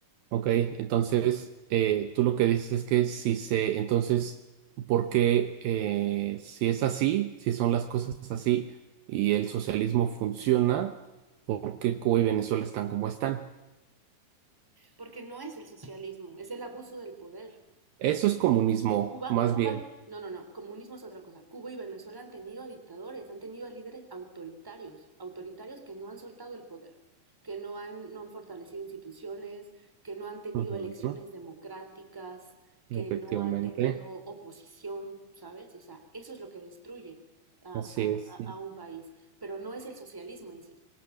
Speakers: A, on the right (about 70°); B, in the centre.
A: Ok, entonces eh, tú lo que dices es que si se, entonces, ¿por qué eh, si es así, si son las cosas así y el socialismo funciona, ¿por qué Cuba y Venezuela están como están?
B: Porque no es el socialismo, es el abuso del poder.
A: Eso es comunismo,
B: Cuba,
A: más
B: Cuba,
A: bien.
B: no, no, no, comunismo es otra cosa. Cuba y Venezuela han tenido a dictadores, han tenido a líderes autoritarios, autoritarios que no han soltado el poder, que no han, no han fortalecido instituciones, que no han tenido
A: Ujú,
B: elecciones democráticas, que
A: Efectivamente,
B: no han tenido oposición, ¿sabes? O sea, eso es lo que destruye a,
A: así
B: a-
A: es. sí.
B: a- a un país, pero no es el socialismo en sí,